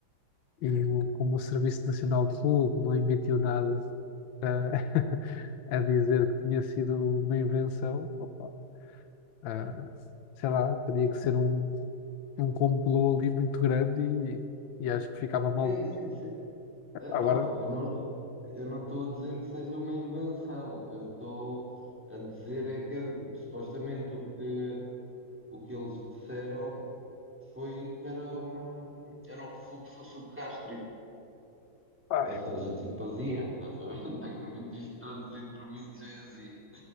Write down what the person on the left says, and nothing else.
e o, como o Serviço Nacional de Saúde não emitiu nada a, <laughs> a dizer que tinha sido uma invenção, opa, ah, sei lá, teria que ser um. um complô ali muito grande e, e acho que ficava mal.
Agora,
pá,